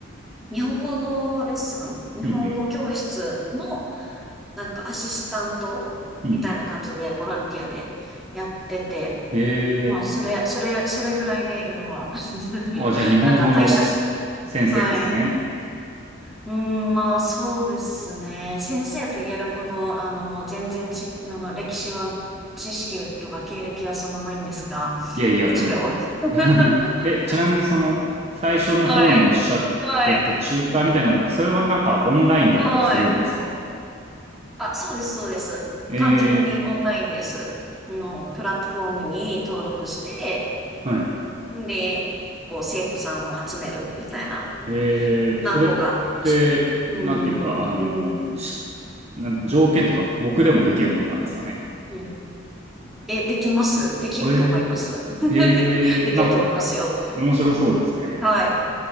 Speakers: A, in the centre; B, on the right.
A: 日本語のレッスン日本語教室の
B: うんうん。
A: なんかアシスタントみたいな感じでボランティアでやってて、
B: うんうん。え
A: まあ、それ、それ、それぐらいで今は、<laughs>
B: ー。あ、じゃあ日本語の
A: なんか大したし、
B: 先生ですね。
A: はい。うん、まあそうですね。先生と言えるほど、あの、全然ち、あの、歴史は、知識とか経歴はそんなないんですが、
B: いやいや、
A: 一応。
B: でも
A: <laughs>
B: <laughs> え、ちなみにその最初の方におっしゃってたチューターみたいなのって、
A: はい。はい。
B: それはなんかオンラインだったりするんですか
A: はい。あ、そうです、そうです。
B: え
A: 完全にオンラインです。
B: ー。
A: あの、プラットフォームに登録して、
B: はい。
A: で、こう、生徒さんを集めるみたいな、
B: えー。
A: 何個か。
B: それって、
A: うん、
B: なんていうか、あのーし
A: うん、
B: なん条件っていうか僕でもできるもんなんですかね
A: うん。え、できます。できると思います。
B: え
A: <laughs>
B: え、ええ、
A: できると思いますよ。
B: なんか、面白そうですね。
A: はい。